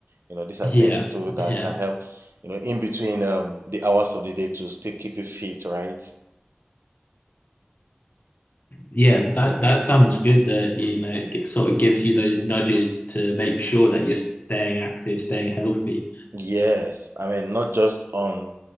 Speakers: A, on the right; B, on the left.
A: You know, these are
B: Yeah,
A: things too
B: yeah,
A: that can help. You know, in between um, the hours of the day to still keep you fit, right?
B: yeah. That that sounds good. That you know, it sort of gives you those nudges to make sure that you're staying active, staying healthy.
A: Yes, I mean not just on